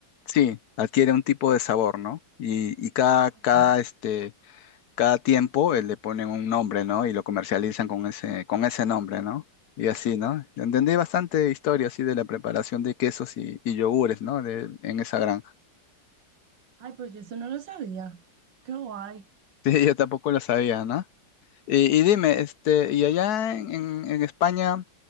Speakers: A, on the left; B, on the right.
A: Sí, adquiere un tipo de sabor, ¿no? Y, y cada, cada
B: Ay, madre.
A: este, cada tiempo eh, le ponen un nombre, ¿no? Y lo comercializan con ese, con ese nombre, ¿no? Y así, ¿no? Entendí bastante historia así de la preparación de quesos y, y yogures, ¿no? De, en esa granja. <laughs>
B: Ay, pues yo eso no lo sabía. Qué guay.
A: Sí, yo tampoco lo sabía, ¿no? Y, y dime, este, y allá en, en- en España